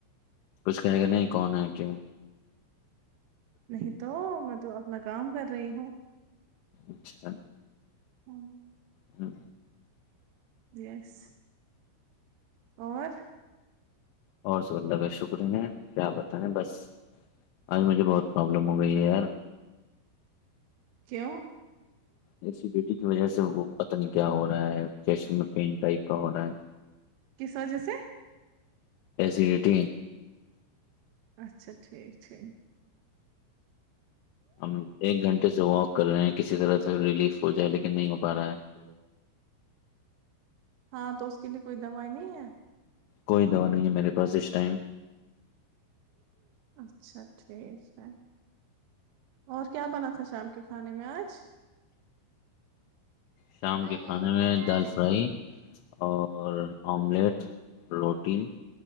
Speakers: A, on the left; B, on the right.
A: کچھ کہے گا نہیں کون ہے کیوں
B: نہیں تو میں تو اپنا کام کر رہی ہوں
A: اچھا
B: ہمم
A: ہمم
B: یس اور
A: اور سبدہ بہت شکریہ کیا بتائیں بس اج مجھے بہت پرابلم ہو گئی ہےیار
B: کیوں
A: ایڈیٹی کی وجہ سے وہ پتن کیا ہو رہا ہے فشن میں پین ٹائپ کا ہو رہا ہے
B: کس وجہ سے
A: ایسیڈیٹی ہیں
B: اچھا ٹھیک ٹھیک
A: ہم ایک گھنٹے سے واک کر رہے ہیں کسی طرح سے ریلیف ہو جائے لیکن نہیں ہو پا رہا ہے
B: <inaudible> ہاں تو اس کے لیے کوئی دوائی نہیں ہے
A: کوئی دوا نہیں ہے میرے پاس اس ٹائم
B: اچھا ٹھیک ہے اور کیا بنا تھا شام کے کھانے میں آج
A: شام
B: یہ
A: کے کھانے میں دال فرائی اور آملیٹ روٹی